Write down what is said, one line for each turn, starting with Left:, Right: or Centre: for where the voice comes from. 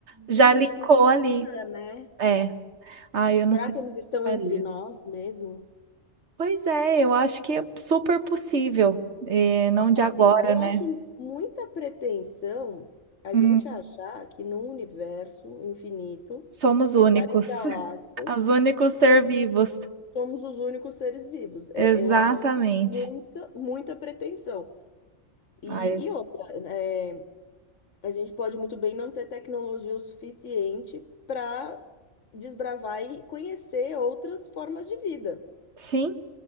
Right: já
Left: Gente,
Right: linkou
Left: que loucura,
Right: ali.
Left: né?
Right: É. ah, eu
Left: Será
Right: não sei
Left: que
Right: o que
Left: eles estão
Right: faria.
Left: entre nós mesmo?
Right: Pois é, eu acho que é super possível. É, não de agora,
Left: Sim, eu
Right: né?
Left: acho muita pretensão a
Right: Hum,
Left: gente achar que num universo infinito,
Right: somos
Left: com
Right: únicos.
Left: várias galáxias,
Right: <laughs> Os únicos ser
Left: somos,
Right: vivos.
Left: somos os únicos seres vivos. É,
Right: Exatamente.
Left: eu acho muita, muita pretensão. E,
Right: Ai,
Left: e outra, é, a gente pode muito bem não ter tecnologia o suficiente para desbravar e conhecer outras formas de vida,
Right: sim,